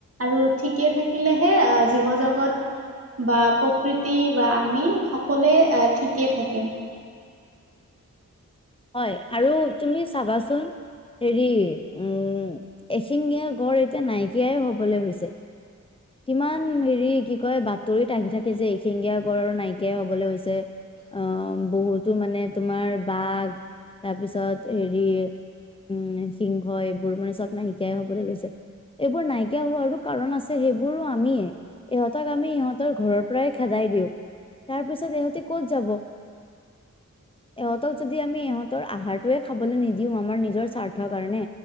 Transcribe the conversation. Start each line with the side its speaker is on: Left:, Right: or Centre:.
Right: আৰু ঠিকে থাকিলেহে জীৱ জগত। বা প্ৰকৃতি বা আমি সকলোৱে ঠিকেই থাকিম।
Left: হয় আৰু তুমি চাবাচোন হেৰি উম এশিঙীয়া গড় এতিয়া নাইকিয়াই হবলৈ গৈছে। কিমান হেৰি কি কয় বাতৰিত আহি থাকে যে এশিঙগীয়া। আৰু নাইকিয়াই হবলৈ হৈছে অ বহুত। টো মানে তোমাৰ বাঘ তাৰপিছত হেৰি। উম সিংহ এইবোৰ মানে চব নাইকাই হবলৈ লৈছে। এইবোৰ নাইকিয়া হোৱাৰো কাৰণ আছে সেইবোৰ। সেই বোৰো আমিয়ে ইহঁতক আমি ইহঁতৰ ঘৰৰ পৰাই খেদাই দিওঁ। তাৰ পিছত ইহঁতি ক'ত যাব।
Right: <unintelligible>
Left: ইহঁতক যদি আমি ইহঁতৰ আহাৰটোৱে খাবলৈ নিদিওঁ আমাৰ নিজৰ স্বাৰ্থৰ কাৰণে